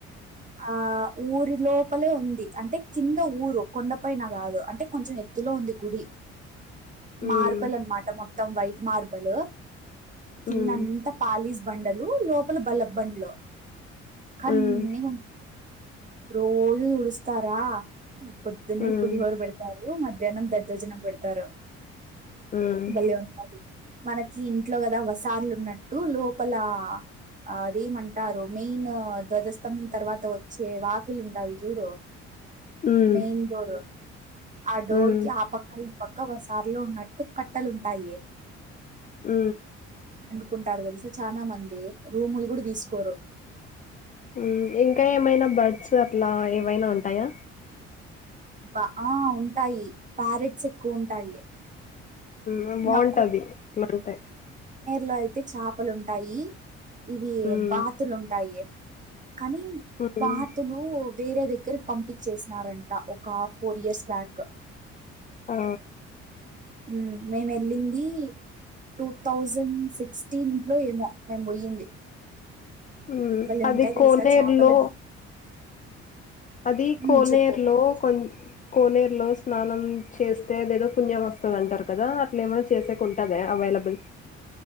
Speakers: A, on the right; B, on the left.
A: ఆ ఊరి లోపలే ఉంది అంటే కింద ఊరు కొండపైన కాదు అంటే కొంచెం ఎత్తులో ఉంది గుడి
B: ఉమ్
A: మార్బల్ అన్నమాట మా మొత్తం వైట్ మార్బల్ కిన్న
B: ఉమ్
A: అంత పాలీస్ బండలు లోపల బల్లబ్ బంలు కన్నే
B: ఉమ్
A: రోజు తుడుస్తారా పొద్దున్నే
B: ఉమ్ ఉమ్
A: పులిహోర పెడతారు మ్య జనం దద్దోజనం పెడతారు
B: ఉమ్
A: బళ్ళ ఒసారి మనకి ఇంట్లో కదా వసార్లు ఉన్నట్టు లోపల అదేమంటారు మెయిన్ ధ్వజస్తంం తర్వాత అ వచ్చే వాకిల్ ఉంటాది చూడు
B: ఉమ్
A: మెయిన్ బోరు ఆ డోర్
B: ఉమ్
A: కి ఆ పక్క పక్క వసార్లో ఉన్నట్టు కట్టలుంటాయి
B: మ్
A: కుంటారు తెలుసా చనా మంది రూములు కూడా తీసుకోరు
B: మ్ ఇంకా ఏమైనా బర్డ్స్ అట్లా ఏవైనా ఉంటాయా
A: బా ఆ ఉంటాయి ప్యారెట్స్ ఎక్కువ ఉంటాయి
B: మ్ బాగుంటది
A: ఇంకా
B: మంటే
A: లో అయితే చేపలు ఉంటాయి ఇవి
B: ఉమ్
A: బాతులు ఉంటాయి కానీ
B: ఉమ్
A: వాతులు వేరే దగ్ ద్గరి పంపించేసినారంట ఒక ఫోర్ ఇయర్స్ బ్యాక్
B: ఆ
A: మ్ మేము వెళ్ళింది, టూ థౌజండ్ సిక్స్టీన్ లో ఏమో మేము పోయింది
B: మ్
A: భలే
B: అది
A: ఉంటాయి
B: కోనేరులో
A: తెలుసా చేపలన్నీ
B: అది కోనేరులో
A: ఉమ్, చెప్పు
B: కొంచ కోనేరులో స్నానం చేస్తే అదేదో పుణ్యం వస్తుంది అంటారు కదా, అట్లా ఏమైన్నా చేసేకు ఉంటుందా అవైలబుల్